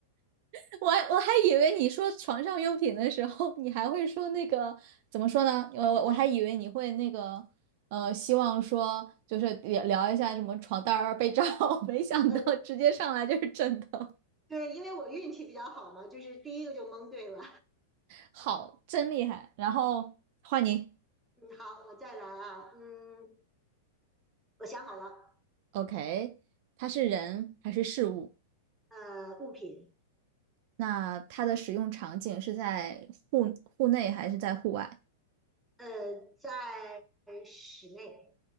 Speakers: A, on the right; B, in the centre.
A: <laughs> 我还我还以为你说床上用品的时候，你还会说那个怎么说呢？我我我还以为你会那个呃，希望说就是聊聊一下什么床单儿啊、被罩啊，<laughs> 没想到直接上来就是枕头，
B: 呃，对，因为我运气比较好嘛，就是第一个就蒙对了。
A: 好，真厉害！然后换你
B: 嗯，好，我再来啊。嗯，我想好了。
A: ，OK，它是人还是事物？
B: 呃，物品。
A: 那它的使用场景是在户户内还是在户外？
B: 呃，在室内、